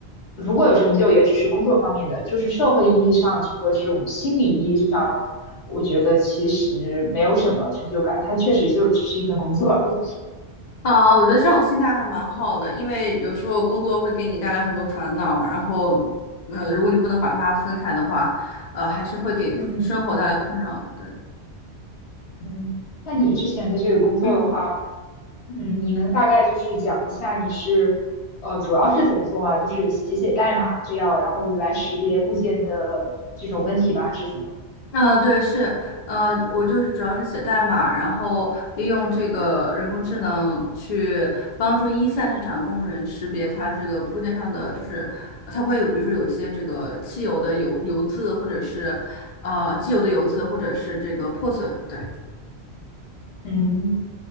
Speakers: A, on the left; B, on the left.
A: 如果有成就，也只是工作方面的，就是社会意义上和这种心理意义上，我觉得其实没有什么成就感，它确实就只是一份工作而已。
B: 啊，我觉得这种心态还蛮好的，因为有时候工作会给你带来很多烦恼，然后，呃，如果你不能把它分开的话，呃，还是会给生活带来困扰的，
A: 嗯。
B: 对。
A: 嗯，那你之前的这个工作的话，
B: 嗯。
A: 嗯，你能大概就是讲一下你是，呃，主要是怎么做吗？就是写写代码这样，然后来识别部件的这种问题吗？还是怎么？
B: 啊，对，是，呃，我就是主要是写代码，然后利用这个人工智能去帮助一线生产工人识别它这个部件上的，就是它会有，比如说有一些这个汽油的油油渍，或者是呃机油的油渍，或者是这个破损，对，
A: 嗯，